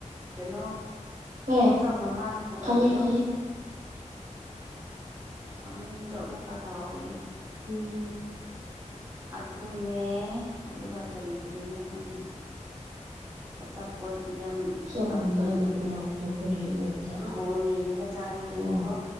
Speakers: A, on the right (about 15°); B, on the right (about 85°).
A: ꯀꯩꯅꯣ
B: ꯍꯣꯏ
A: ꯄꯣꯠꯁꯥ ꯃꯃꯥꯅ ꯄꯨꯔꯛꯄꯗꯣ
B: ꯈꯪꯉꯦ ꯈꯪꯉꯦ
A: ꯃꯃꯤꯡꯗꯣ ꯑꯃꯨꯛꯀꯥ ꯀꯥꯎꯔꯦꯅꯦ
B: ꯎꯝ
A: ꯑꯗꯨꯅꯦ ꯑꯗꯨꯒ ꯀꯔꯤ ꯀꯔꯤꯅꯣ ꯈꯪꯗꯦ ꯑꯆꯥꯥꯄꯣꯇꯤ ꯌꯥꯝ ꯌꯥꯝ
B: ꯆꯞ
A: ꯂꯧꯈ꯭ꯔꯕꯅꯤ
B: ꯃꯃꯥꯅ
A: ꯃꯣꯏ
B: ꯄꯨꯔꯛꯄꯗꯣ ꯀꯔꯤ ꯑꯣꯏꯕ ꯖꯥꯠꯂꯥ
A: ꯕꯣꯔ ꯌꯦꯡꯗꯒ ꯆꯥꯅꯤꯡꯉꯥꯏꯅꯀꯣ
B: ꯑꯣ